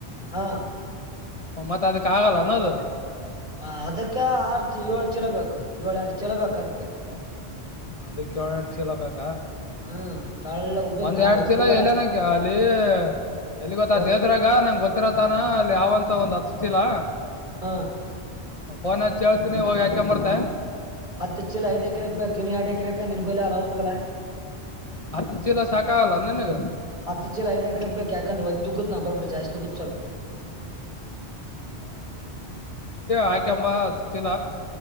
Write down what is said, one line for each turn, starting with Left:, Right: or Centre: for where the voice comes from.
Right: ಹಾ
Left: ಮತ್ತೆ ಅದಕ್ ಆಗಲ್ಲ ಅನ್ನೋದು
Right: ಹ ಅದಕ್ಕೆ ಆರ್ಚ್ ಏಳು ಚಛಲ ಬೇಕು ಏಳ ಎಂಟು ಚಛಲ ಬೇಕು ಅದಕ್ಕೆ
Left: ಅದಕ್ಕೆಳಡ್ ಚಲ ಬು
Right: ಹ್ಮ್ ಮತ್ ತಳ್ಳಗ್ ಉಗುತ್
Left: ಒಂದ್
Right: ನಾನು
Left: ಎರಡ್
Right: ಒಚ್ಚುಗಲ್ಲ
Left: ತಿಲ ಎಲ್ಲನಕ ಅಲ್ಲಿ ಎಲ್ಲಿ ಗೊತ್ತ ಅ
Right: ಒಚ್ಚು
Left: ದೇದ್ರಾಗ ನಂಗ್ ಗೊತ್ತಿರತಾನ ಅಲ್ಲಿ ಯಾವಂತ ಒಂದ್ ಹತ್ತಿಲ್ಲ
Right: ಹಾ
Left: ಫೋನ್ ಹತ್ತ ಕೇಳ್ತೀನಿ ಹೋಗಿ ಯಾಕಂಬರ್ತ
Right: ಹತ್ತು ಚೀಲ ಐ ಎಕರೆಕ್ ಬೇಕುನ್ ಎರಡ್ ಎಕರೆಕ ನೀನ್ ಬೈಲ ಅಲ್ಲ ಅವತಗಲ
Left: ಹತ್ತು ಚೀಲ ಸಾಕಾಗಲ್ಲ ನನ್ಗ
Right: ಹತ್ತು ಚೀ ಐ ಎಕರಕ್ ಬೇಕು ಯಕಂದ್ರೆ ತುಕ ನಾ ಗೊಬರ ಜ ಆಸ್ತುಕ ಚಲ್ಪ
Left: ಆಯಕೆಂಬ ಹತಿಲ